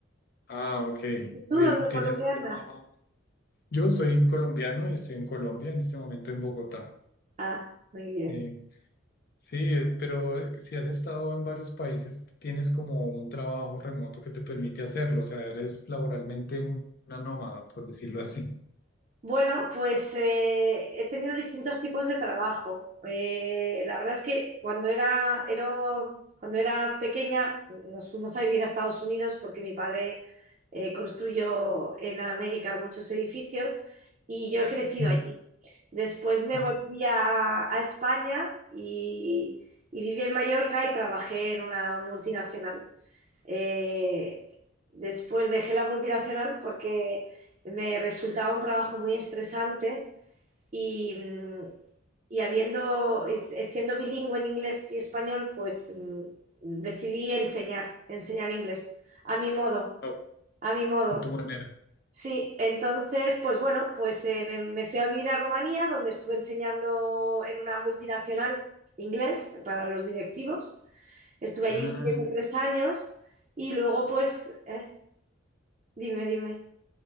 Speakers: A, on the left; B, on the right.
A: Ah, ok. Bien,
B: ¿Tú dónde,
A: tienes
B: por dónde
A: un
B: andas?
A: trabajo. Yo soy colombiano y estoy en Colombia en este momento en Bogotá.
B: Ah, muy bien.
A: Eh, sí, es- pero eh, si has estado en varios países, tienes como un trabajo remoto que te permite hacerlo. O sea, eres laboralmente un- una nómada, por decirlo así.
B: Bueno, pues eh, he tenido distintos tipos de trabajo. Eh, la verdad es que cuando era, era- cuando era pequeña nos fuimos a vivir a Estados Unidos porque mi padre eh, construyó en América muchos edificios y yo he crecido
A: Ujú.
B: allí. Después me
A: Ah,
B: volví a, a España y, y viví en Mallorca y trabajé en una multinacional. Eh, después dejé la multinacional porque me resultaba un trabajo muy estresante y, mm, y habiendo, y s- siendo bilingüe en inglés y español, pues mm, decidí enseñar, enseñar inglés, a mi modo,
A: a
B: a mi modo.
A: a tu manera.
B: Sí, entonces, pues bueno, pues eh, me, me fui a vivir a Rumanía, donde estuve enseñando en una multinacional inglés para los directivos. Estuve allí
A: Mm.
B: viviendo tres años y luego, pues, eh, dime, dime.